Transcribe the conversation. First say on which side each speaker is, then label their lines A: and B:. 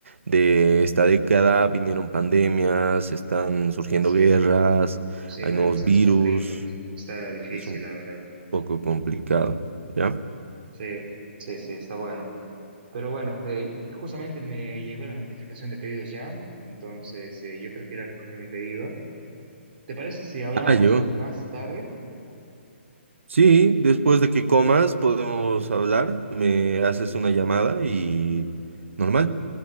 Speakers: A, on the right; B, on the right.
A: de esta década vinieron pandemias, están surgiendo
B: Sí,
A: guerras,
B: sí,
A: hay
B: ba-
A: nuevos
B: bastantes
A: virus,
B: conflictos. Está difícil,
A: es un
B: la verdad.
A: poco complicado, ¿ya?
B: Sí, sí, sí, está bueno. Pero bueno, eh, justamente me llegó la notificación de pedidos ya, entonces eh, yo creo que iré a recoger mi pedido. ¿Te parece si hablamos
A: Ah, yo.
B: más tarde?
A: Sí, después de que comas podemos hablar, me haces una llamada y normal.